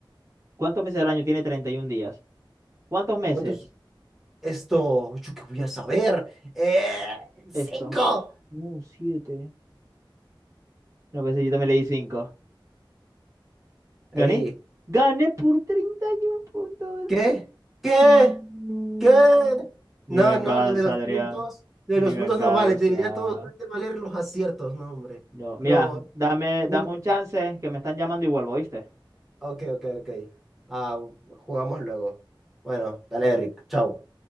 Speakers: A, on the right; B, in the centre.
A: ¿Cuántos meses del año tiene 31 días? ¿Cuántos meses?
B: ¿Cuántos? Esto. ¿Yo qué voy a saber? Eh, cinco.
A: Esto. No, siete. No, pensé, yo también le di cinco. ¿Gané?
B: Ari,
A: Gané por 31 puntos.
B: ¿Qué? ¿Qué?
A: Mm.
B: ¿Qué?
A: Mi
B: No,
A: venganza,
B: no, lo de los
A: Adrián.
B: puntos. Lo
A: Mi
B: de los
A: venganza.
B: puntos no vale. Te diría todo. Trate de valer los aciertos, no, hombre.
A: Yo, mira,
B: No,
A: dame,
B: para
A: dame
B: mí no cuento.
A: un chance que me están llamando y vuelvo, ¿viste?
B: Ok, ok, ok. Ah, jugamos luego. Bueno, dale, Eric. Chao.